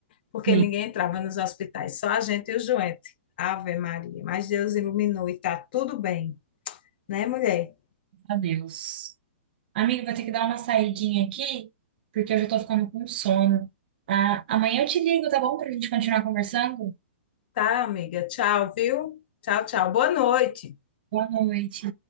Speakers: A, on the left (about 50°); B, on the right (about 50°).
A: Porque
B: Sim,
A: ninguém entrava nos hospitais, só a gente e o doentes. Ave Maria, mas Deus iluminou e tá tudo bem, né, mulher?
B: adeus. Amiga, vou ter que dar uma saidinha aqui, porque eu já tô ficando com sono. Ah, amanhã eu te ligo, tá bom? Pra gente continuar conversando?
A: Tá, amiga. Tchau, viu? Tchau, tchau. Boa noite.
B: Boa noite.